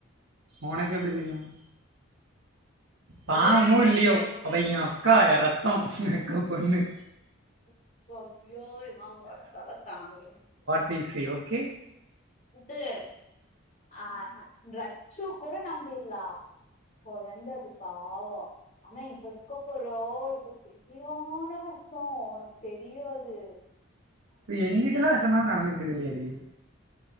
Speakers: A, on the right (about 65°); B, on the left (about 35°).
A: ஒனக்கு எப்டி தெரியும் பாவமோ
B: ஏய்
A: இல்லையோ
B: ர
A: அவ
B: நீ
A: என் அக்கா என் இரத் தம் அக்கா பொண்ணு
B: சய்யோ இவன் வேற தொல்ல தாங்கல
A: டி செய் ஓகே
B: இது ஆ அ ரச்சு கூட நம்பிறலாம் கொழந்த அது பாவம் ஆனா அவ இருக்கா பாரா இப்ப செரியான வெஷம் ஒனக்கு தெரியாது
A: இப்ப எங்கிட்டலாம் வெஷமாரி நடந்துகிட்டது இல்லயேடி